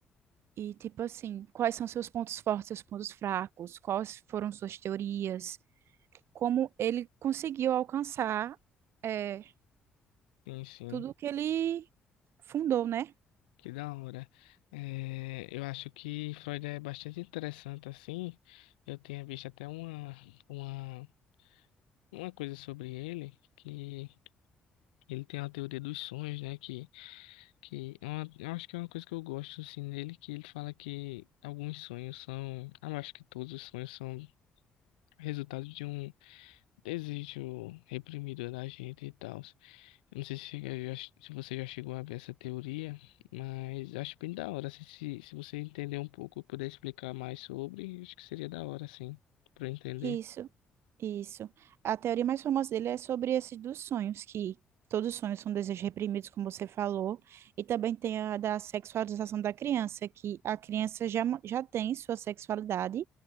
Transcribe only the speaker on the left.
Sim, sim.
Que da hora. É, eu acho que Freud é bastante interessante, assim. Eu tinha visto até uma, uma, uma coisa sobre ele que. Ele tem a teoria dos sonhos, né? Que, que é uma, eu acho que é uma coisa que eu gosto assim nele, que ele fala que alguns sonhos são, ah eu acho que todos os sonhos são resultado de um desejo reprimido da gente e tal. Eu não sei se, chega- já- se você já chegou a ver essa teoria, mas acho bem da hora. Se, se, se você entender um pouco, puder explicar mais sobre, acho que seria da hora, sim, para entender.